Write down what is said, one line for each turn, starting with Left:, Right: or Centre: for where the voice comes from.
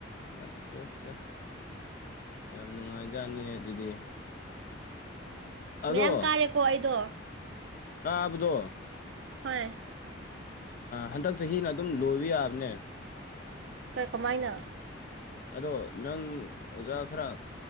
Left: ꯑꯠ ꯑꯠꯆꯥ ꯌꯥꯝ ꯅꯨꯡꯉꯥꯏꯖꯥꯠꯅꯤꯅꯦ ꯑꯗꯨꯗꯤ ꯑꯗꯣ
Right: ꯃꯌꯥꯝ ꯀꯥꯔꯦꯀꯣ ꯑꯩꯗꯣ
Left: ꯀꯥꯕꯗꯣ
Right: ꯍꯣꯏ
Left: ꯍꯟꯗꯛ ꯆꯍꯤꯅ ꯑꯗꯨꯝ ꯂꯣꯏꯕ ꯌꯥꯕꯅꯦ
Right: ꯀꯃꯥꯏꯅ
Left: ꯑꯗꯣ ꯅꯪ ꯑꯣꯖꯥ ꯈꯔ